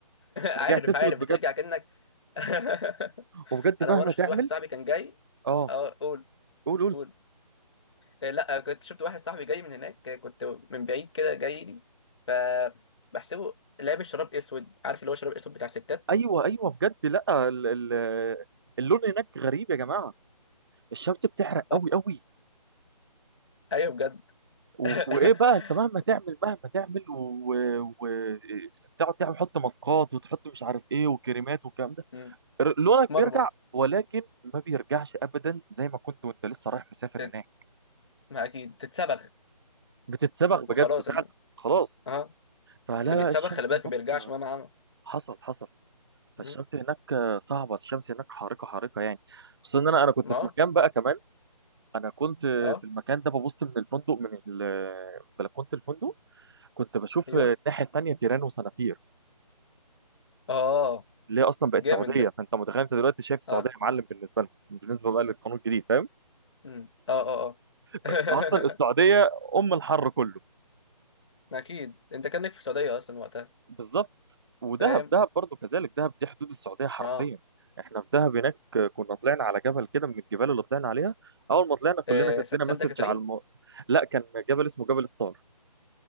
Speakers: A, on the left; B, on the right.
A: عارف
B: رجعت اسود
A: عارف
B: بجد
A: بترجع كأنك <laughs>
B: وبجد
A: انا
B: مهما
A: مره شفت
B: تعمل
A: واحد صاحبي كان جاي
B: اه
A: اه قول
B: قول قول
A: قول آه، لا آه، كنت شفت واحد صاحبي جاي من هناك آه، كنت من بعيد كده جاي لي فبحسبه لابس شراب اسود عارف اللي هو شراب اسود بتاع ستات
B: ايوه ايوه بجد لا ال ال اللون هناك غريب يا جماعه الشمس بتحرق
A: <laughs> آه،
B: قوي قوي
A: ايوه بجد
B: و-
A: <laughs>
B: وايه بقى انت مهما تعمل مهما تعمل وتقعد تعمل تحط ماسكات وتحط مش عارف ايه وكريمات والكلام ده
A: مم.
B: ر- لونك
A: مر
B: بيرجع
A: برضه
B: ولكن ما بيرجعش ابدا زي ما كنت وانت لسه رايح مسافر
A: تت-
B: هناك
A: ما اكيد تتسبخ
B: بتتسبغ بجد
A: ما خلاص اللي
B: فعلا خلاص
A: اه
B: فلا
A: اللي بيتسبخ
B: لا الشمس
A: خلي بالك
B: هناك
A: ما بيرجعش مهما عمل
B: حصل حصل
A: مم.
B: فالشمس هناك صعبة الشمس هناك حارقة حارقة يعني خصوصا ان انا انا كنت
A: ما
B: في
A: اه
B: مكان بقى كمان انا كنت
A: اه
B: في المكان ده ببص من الفندق من ال- بلكونة الفندق كنت بشوف
A: ايوه
B: الناحية التانية تيران وصنافير
A: اه
B: اللي هي اصلا بقت
A: جامد
B: سعوديه
A: ده
B: فانت متخيل انت دلوقتي شايف السعوديه
A: اه
B: معلم بالنسبه لهم بالنسبه بقى للقانون الجديد فاهم
A: مم. اه اه اه <laughs>
B: فانت اصلا السعوديه ام الحر كله
A: ما اكيد انت كانك في السعوديه اصلا وقتها
B: بالظبط ودهب
A: فاهم
B: دهب برضو كذلك دهب دي حدود السعوديه حرفيا
A: ما اه
B: احنا في دهب هناك كنا طلعنا على جبل كده من الجبال اللي طلعنا عليها اول ما طلعنا كلنا
A: آه
B: جات
A: س-
B: لنا
A: سانتا
B: مسج
A: كاترين
B: على الم... لا كان جبل اسمه جبل ستار